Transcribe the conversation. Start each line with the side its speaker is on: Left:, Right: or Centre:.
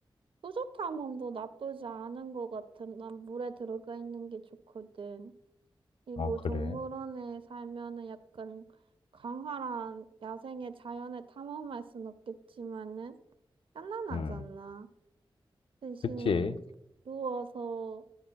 Right: 뿌듯함도 나쁘지 않은 것 같은. 난 물에 들어가 있는 게 좋거든. 그리고
Left: 아, 그래?
Right: 동물원에 살면은 약간 강활한 야생의 자연을 탐험할 순 없겠지만은 편안하잖아.
Left: 응.
Right: 대신
Left: 그치.
Right: 누워서